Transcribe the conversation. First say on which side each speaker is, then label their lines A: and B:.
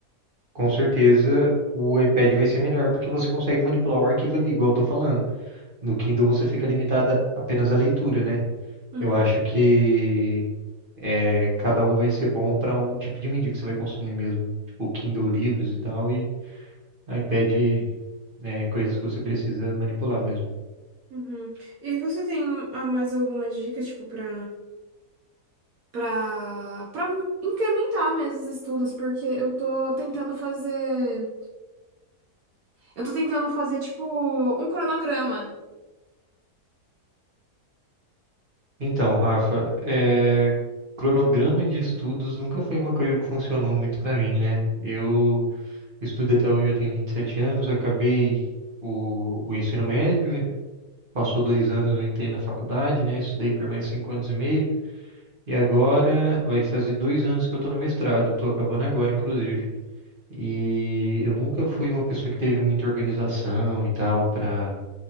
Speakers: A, on the right; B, on the right.
A: com certeza o iPad vai ser melhor, porque você consegue manipular o arquivo ali, igual eu tô falando. No Kindle você fica limitada apenas à leitura, né?
B: Uhum.
A: Eu acho que é, cada um vai ser bom para um tipo de mídia que você vai consumir mesmo. Tipo, Kindle livros e tal, e iPad é, coisas que você precisa manipular mesmo.
B: Uhum. E você tem ah, mais alguma dica, tipo, pra. para para incrementar mesmo os estudos, porque eu tô tentando fazer, eu tô tentando fazer tipo um cronograma.
A: Então, Rafa, é, cronograma de estudos nunca foi uma coisa que funcionou muito pra mim, né? Eu estudo até hoje, eu tenho 27 anos, acabei o, o ensino médio, e passou dois anos, eu entrei na faculdade, né? Estudei por mais cinco anos e meio, e agora vai fazer dois anos que eu tô no mestrado, tô acabando agora, inclusive. E eu nunca fui uma pessoa que teve muita organização e tal pra